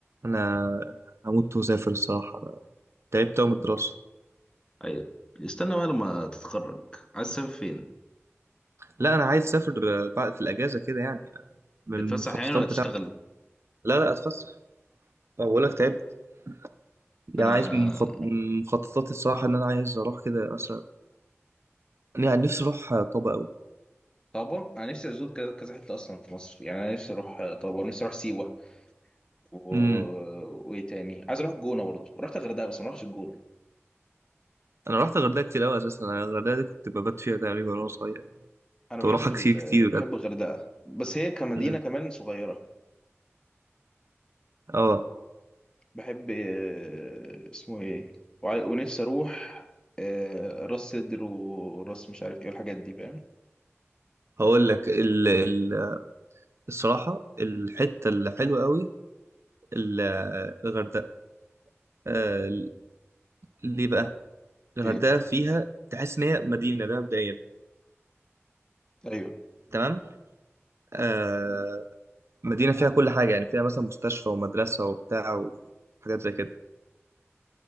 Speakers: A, on the right (about 65°); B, on the left (about 20°).
A: انا هموت واسافر الصراحه أنا تعبت أوي من الدراسه
B: أيوة. استنى بقى لما تتخرج عايز تسافر فين
A: لا انا عايز اسافر آه، بعد في الاجازه كده يعني من
B: تتفسح
A: المخططات
B: يعني ولا
A: بتاعتي
B: تشتغل
A: لا لا اتفسح أه، بقول لك تعبت يعني
B: انا
A: عايز من مخط... من مخططاتي الصراحه ان انا عايز اروح كده اصلا يعني نفسي اروح آه، طابا قوي
B: طابة انا نفسي ازور كذا كذا حته اصلا في مصر يعني انا نفسي اروح طابة نفسي اروح سيوه و...
A: امم
B: وايه تاني عايز اروح الجونه برضه ورحت الغردقه بس ما رحتش الجونه
A: انا رحت الغردقه كتير قوي اساسا انا الغردقه دي كنت ببات فيها تقريبا وانا صغير يعني
B: انا
A: كنت
B: بحب
A: بروحها
B: ال...
A: كتير كتير بجد
B: بحب الغردقه بس هي كمدينه
A: امم
B: كمان صغيره
A: اه
B: بحب آه، اسمه ايه وع- ونفسي اروح آه، راس سدر وراس مش عارف ايه والحاجات دي فاهم
A: هقول لك ال... ال... الصراحه الحته الحلوه قوي ال- الغردقه آه، ليه بقى الغردقة
B: ايه
A: فيها تحس إن هي مدينة ده مبدئيا
B: ايوه
A: تمام آه مدينة فيها كل حاجة يعني فيها مثلا مستشفى ومدرسة وبتاع وحاجات زي كده